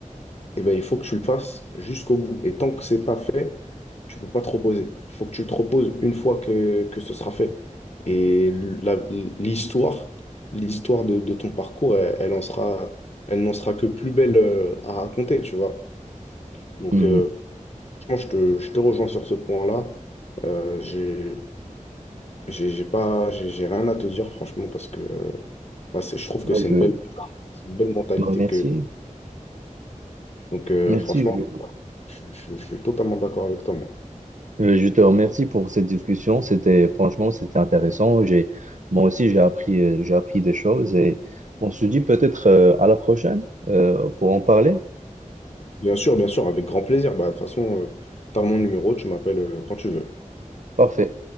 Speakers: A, on the left (about 50°); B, on the right (about 65°).
A: eh ben, il faut que tu le fasses jusqu'au bout. Et tant que c'est pas fait, tu peux pas te reposer. Il faut que tu te reposes une fois que, que ce sera fait. Et la- l'histoire, l'histoire de, de ton parcours, elle, elle en sera, elle n'en sera que plus belle euh, à raconter, tu vois. Donc,
B: Mhm.
A: euh, franchement, je te, je te rejoins sur ce point-là. Euh, j'ai, j'ai j'ai pas, j'ai j'ai rien à te dire, franchement, parce que euh, bah, c'est- je trouve
B: Bah,
A: que c'est
B: je...
A: une belle, c'est une belle mentalité
B: bah, merci.
A: que. Donc, euh,
B: Merci.
A: franchement,
B: je-
A: je je- je suis totalement d'accord avec toi, moi.
B: Euh, Je te remercie pour cette discussion. C'était franchement, c'était intéressant. J'ai, moi aussi, j'ai appris, euh, j'ai appris des choses et on se dit peut-être euh, à la prochaine euh, pour en parler.
A: Bien sûr, bien sûr, avec grand plaisir. Bah, de toute façon, tu as mon numéro, tu m'appelles euh, quand tu veux.
B: Parfait.